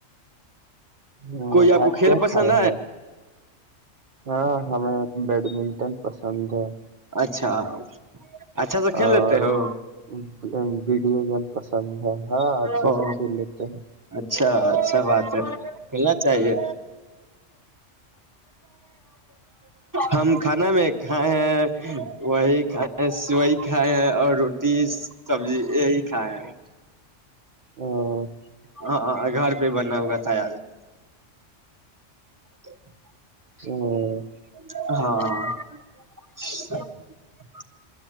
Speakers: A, on the right (about 50°); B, on the right (about 15°).
A: ہ
B: کوئی آپ کو
A: آج
B: کھیل
A: کیا
B: پسند
A: کھائے ہے ہاں ہمیں بیڈمنٹن پسند ہے <unintelligible>
B: اچھا <unintelligible> کھیل
A: اور
B: لیتے ہو
A: <unintelligible> ویڈیو گیم پسند ہے ہاں اچھے
B: او
A: سے کھیل لیتے ہیں <unintelligible>
B: اچھا اچھا بات ہے کنا چاہیے ہم کھانا میں کھائے ہیں وہی کھ وہی کھائے ہیں اور روٹی سبزی یہی <unintelligible> چھ <unintelligible>
A: ہ <unintelligible>
B: ہاں گھر پہ بنا ہوا تھا یار <unintelligible> ج <unintelligible>
A: ہ <unintelligible>
B: ہاں <unintelligible>